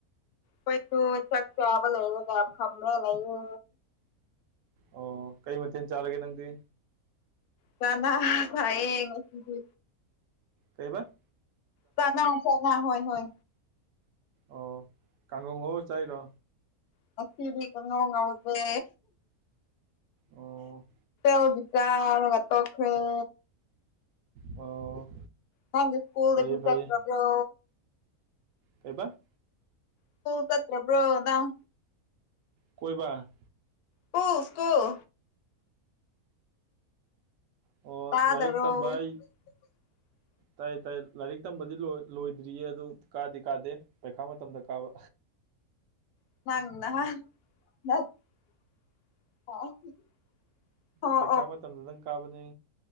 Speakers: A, on the left (about 85°); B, on the right (about 70°).
A: ꯑꯈꯣꯏꯗꯨ ꯆꯥꯛ ꯆꯥꯕ ꯂꯣꯏꯔꯒ ꯐꯝꯃꯒ ꯂꯩꯌꯦ꯫
B: ꯑꯣ ꯀꯩ ꯃꯊꯦꯜ ꯆꯥꯔꯒꯦ ꯅꯪꯗꯤ꯫
A: ꯆꯥꯅ ꯆꯥꯏꯌꯦ ꯉꯁꯤꯗꯤ꯫
B: ꯀꯩꯕ꯫
A: ꯆꯅꯥ ꯆꯥꯅ ꯍꯣꯏ ꯍꯣꯏ꯫
B: ꯑꯣ ꯀꯥꯡꯉꯧ ꯉꯧꯔ ꯆꯥꯏꯔꯣ꯫
A: ꯉꯁꯤꯗꯤ ꯀꯪꯉꯧꯉꯧꯗꯦ꯫
B: ꯑꯣ꯫
A: <unintelligible> ꯆꯔꯒ ꯇꯣꯛ ꯈꯔꯦ꯫
B: ꯑꯣ꯫
A: ꯍꯥꯟꯒꯤ ꯁꯀꯨꯜꯗꯒ
B: ꯐꯩꯌꯦ ꯐꯩꯌꯦ
A: ꯆꯠꯇꯕ꯭ꯔꯣ꯫
B: ꯀꯩꯕ꯫
A: <unintelligible> ꯀꯠꯇꯕ꯭ꯔꯣ ꯅꯪ꯫
B: ꯀꯣꯏꯕ꯫
A: School school.
B: ꯑꯣ
A: ꯇꯥꯗꯔꯣ
B: ꯂꯥꯏꯔꯤꯛ ꯇꯝꯕ ꯑꯩ
A: <inaudible>
B: ꯇꯥꯏꯌꯦ ꯇꯥꯏꯌꯦ ꯂꯥꯏꯔꯤꯛ ꯇꯝꯕꯗꯤ ꯂꯣꯏ ꯂꯣꯏꯗ꯭ꯔꯤꯌꯦ ꯑꯗꯨ ꯀꯥꯗꯤ ꯀꯥꯗꯦ꯫ ꯄꯩꯈꯥ ꯃꯇꯝꯗ ꯀꯥꯕ꯫
A: <unintelligible> ꯑꯣ
B: ꯄꯩꯈꯥ ꯃꯇꯝꯗ ꯗꯪ ꯀꯥꯕꯅꯤ꯫